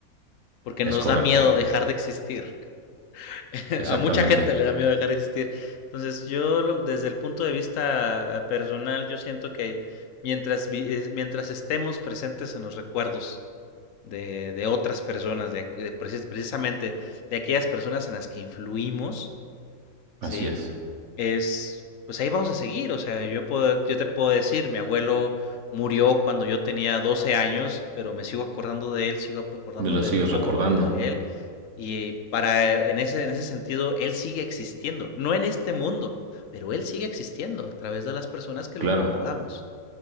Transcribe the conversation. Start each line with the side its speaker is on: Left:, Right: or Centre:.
Left: porque nos
Right: Es correcto.
Left: da miedo dejar de existir. <laughs>
Right: Exactamente.
Left: A mucha gente le da miedo dejar de existir. Entonces, yo lo- desde el punto de vista ah, personal, yo siento que mientras, vi- es- mientras estemos presentes en los recuerdos de, de otras personas, de, aqu- de precis- precisamente de aquellas personas en las que influimos, ¿sí?
Right: Así es.
Left: es, pues ahí vamos a seguir. O sea, yo, puedo, yo te puedo decir, mi abuelo murió cuando yo tenía 12 años, pero me sigo acordando de él, sigo acordándome
Right: Me lo sigues
Left: de cómo
Right: recordando.
Left: era él. Y para, en ese, en ese sentido, él sigue existiendo, no en este mundo, pero él sigue existiendo a través de las personas que
Right: Claro.
Left: lo recordamos.